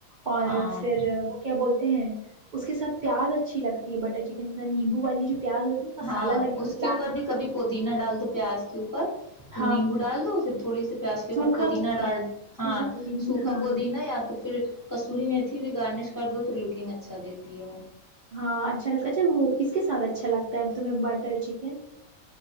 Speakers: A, on the right; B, on the left.
A: اور
B: ہاں
A: پھر وہ کیا بولتے ہیں اس کے ساتھ پیاز اچھی لگتی ہے بٹر چکن کے ساتھ نیمبو والی جو پیاز ہوتی ہے مسالہ
B: ہاں
A: لگے
B: اس کے اوپر
A: لال
B: بھی کبھی پودی نہ ڈال دو پیاز کے اوپر یہ
A: ہاں
B: نیمبو ڈال دو پھر تھوڑی سی پیاز کے اوپر
A: سوکھا
B: پودینا
A: پودینہ
B: ڈال ہاں
A: سوکھا پودینہ
B: سوکھا
A: ہاں
B: پودینا یا تو پھر کسوری میں ا بھی گارنش کر دو تو لکنگ اچھا دیتی ہے
A: ہاں اچھا لگتا اچھا وہ کس کے ساتھ اچھا لگتا ہے اب تمہیں بٹر چکن